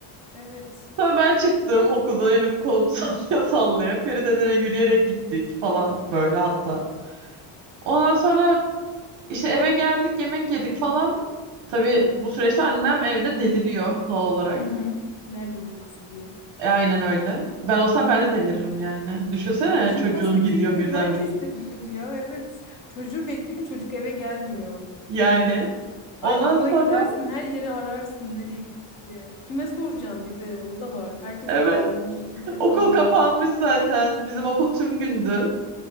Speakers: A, on the left; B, on the right.
A: Evet.
B: Sonra ben çıktım okuldan elimi kolumu <laughs> sallaya sallaya. Feridelere yürüyerek gittik falan böyle hatta. Ondan sonra işte eve geldik yemek yedik falan. Tabii bu süreçte annem evde deliriyor doğal olarak.
A: Hı hı. Nerede bu kız diye.
B: E, aynen öyle. Ben olsam ben de deliririm yani. Düşünsene
A: Kim
B: çocuğun
A: olsa
B: gidiyor
A: kim
B: birdenbire.
A: herkes delirir ya. Evet. Çocuğu bekliyorsun çocuk eve gelmiyor.
B: Yani. Ondan
A: Ay okula
B: sonra
A: gidersin her yeri ararsın nereye gitti diye. Kime soracağım bir de o da var. Herkes
B: evet
A: dağılmış, kimse
B: okul
A: kalmamış.
B: kapanmış zaten. Bizim okul tüm gündü.